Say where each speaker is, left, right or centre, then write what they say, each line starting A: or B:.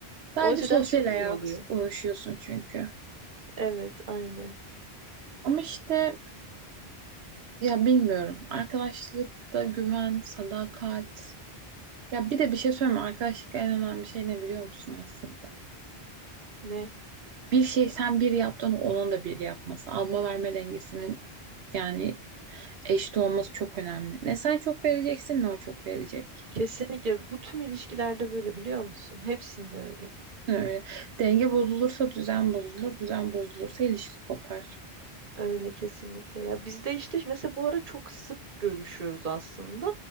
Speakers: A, on the right; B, on the right.
A: Sadece
B: O açıdan
A: sosyal
B: çok
A: hayat
B: iyi oluyor.
A: konuşuyorsun çünkü.
B: Evet, aynen.
A: Ama işte ya bilmiyorum. Arkadaşlıkta güven, sadakat. Ya bir de bir şey söyleyeyim mi? Arkadaşlıkta en önemli şey ne biliyor musun aslında?
B: Ne?
A: Bir şey sen bir yaptın onun da bir yapması. Alma verme dengesinin yani eşit olması çok önemli. Ne sen çok vereceksin ne o çok verecek.
B: Kesinlikle bu tüm ilişkilerde böyle biliyor musun? Hepsinde öyle.
A: Öyle. Denge bozulursa düzen bozulur, düzen bozulursa ilişki kopar.
B: Öyle kesinlikle. Ya biz de işte mesela bu ara çok sık görüşüyoruz aslında.